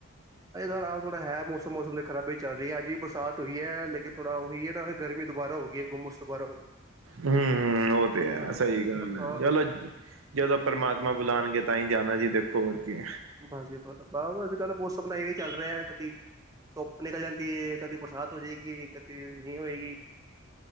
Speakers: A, on the right (about 15°); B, on the right (about 75°).
A: ਥੋੜਾ-ਥੋੜਾ ਹੈ ਮੌਸਮ-ਮੌਸਮ ਦੇ ਖਰਾਬੀ ਚੱਲ ਰਈ ਐ ਅੱਜ ਵੀ ਬਰਸਾਤ ਹੋਈ ਐ ਲੇਕਿਨ ਥੋੜਾ ਓਹੀ ਨਾ ਫੇਰ ਗਰਮੀ ਦੁਬਾਰਾ ਹੋ ਗਈ ਐ ਹੁੰਮਸ ਦੁਬਾਰਾ ਹੋ
B: ਹੂੰ ਓ ਤੇ
A: ਹਾਂ,
B: ਹੈ
A: ਹਾਂ।
B: ਸਈ ਗੱਲ ਐ ਚੱਲ ਜਦੋਂ ਪਰਮਾਤਮਾ
A: ਹਾਂਜੀ-ਹਾਂਜੀ,
B: ਬੁਲਾਨਗੇ ਤਾਂ ਹੀ ਜਾਣਾ ਜੀ ਦੇਖੋ ਹੋਰ ਕੀ।
A: ਹਾਂਜੀ ਬ ਅਜ ਕੱਲ੍ਹ ਬੋਸ ਬਣਾਈ ਚੱਲ ਰਿਹਾ ਕਦੀ ਧੁੱਪ ਨਿਕਲ ਜਾਂਦੀ ਹੈ, ਕਦੀ ਬਰਸਾਤ ਹੋ ਜਾਏਗੀ। ਕਤੀ ਨਹੀਂ ਹੋਏਗੀ।